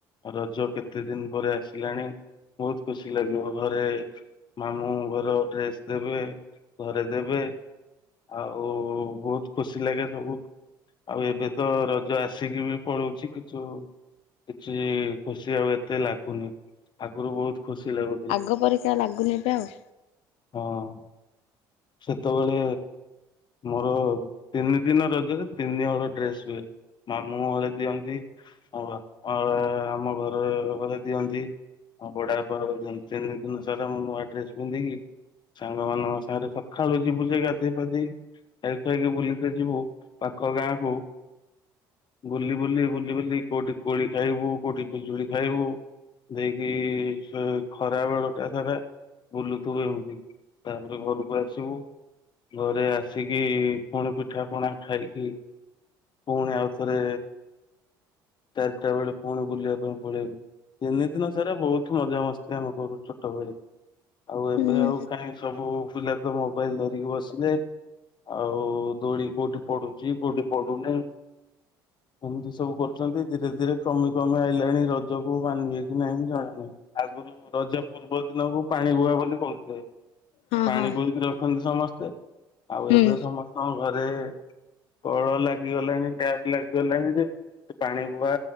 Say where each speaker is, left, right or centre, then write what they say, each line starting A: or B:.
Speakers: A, on the left; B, on the left.
A: ରଜ କେତେ ଦିନ ପରେ ଆସିଲାଣି। ବହୁତ ଖୁସି ଲାଗିବ। ଘରେ ମାମୁଁ ଘର ଡ୍ରେସ୍ ଦେବେ, ଘରେ ଦେବେ ଆଉ ବହୁତ ଖୁସି ଲାଗେ। ସବୁ ଆଉ ଏବେ ତ ରଜ ଆସିକି ବି ପଳଉଛି କିଛୁ କିଛି ଖୁସି ଆଉ ଏତେ ଲାଗୁନି। ଆଗରୁ ବହୁତ ଖୁସି ଲାଗୁଥିଲା
B: ଆଗ ପରିକା ଲାଗୁନି ଏବେ ଆଉ।
A: ହଁ। ସେତେବେଳେ ମୋର ତିନିଦିନ ରଜରେ ତିନି ହଳ ଡ୍ରେସ ହୁଏ। ମାମୁଁ ହଳେ ଦିଅନ୍ତି, ଆଉ ବାପା-ଆ ଆମ ଘର ହଳେ ଦିଅନ୍ତି। ଆଉ ବଡବାପା ହଳେ ଦିଅନ୍ତି ।ତିନି ଦିନ ରଜରେ ମୁଁ ନୂଆ ଡ୍ରେସ ପିନ୍ଧିକି ସାଙ୍ଗ ମାନଙ୍କ ସାଙ୍ଗରେ ସ ସଖାଳୁ ଯିବୁ ଯେ, ଗାଧେଇ ପାାଧେଇ କି ଖାଇ ଖାଇକି ବୁଲିତେ ଯିବୁ ପାଖ ଗାଁକୁ। ବୁଲି ବୁଲି ବୁଲି ବୁଲି କୋଉଠି କୋଳି ଖାଇବୁ? କୋଉଠି ପିଜୁଳି ଖାଇବୁ? ଦେଇକି ସେ ଖରା ବେଳ ଟା ସାରା ବୁଲୁଥିବୁ ଏମିତି। ତାପରେ ଘରୁ ଆସିବୁ। ଘରେ ଆସିକି ପୁଣି ପିଠା ପଣା ଖାଇକି ପୁଣି, ଆଉଥରେ ଚାରିଟା ବେଳେ ପୁଣି, ବୁଲିବା ପାଇଁ ପଳେଇବୁ। ତିନି ଦିନ ସାରା ବହୁତ ମଜା ମସ୍ତି ଆମେ କରୁ ଛୋଟବେଳେ। ଆଉ ଏବେ
B: ହୁଁ
A: ଆଉ କାହିଁ ସବୁ? ବୁଲା ତ ମୋବାଇଲ ଧରିକି ବସିଲେ ଆଉ ଦୋଳି କୋଉଠି ପଡୁଛି କୋଉଠି ପଡୁନି? ଏମିତି ସବୁ କରୁଛନ୍ତି ଧୀରେ ଧୀରେ କମି କମି ଆଇଲାଣି ରଜକୁ ମାନିବେ । କି ନାହିଁ ମୁଁ ଜାଣିନି। ଆଗରୁ ରଜ ପୂର୍ବ ଦିନକୁ ପାଣିବୁହା ବୋଲି କହୁଥିଲେ।
B: ହଁ
A: ପାଣି
B: ହଁ
A: ବୋହି ସମସ୍ତେ। ଆଉ
B: ହୁଁ
A: ଏବେ ସମସ୍ତଙ୍କ ଘରେ ବେ କଳ ଲାଗିଗଲାଣି, ଟ୍ୟାପ ଲାଗିଗଲାଣି, ଯେ ପାଣି ପୁଆ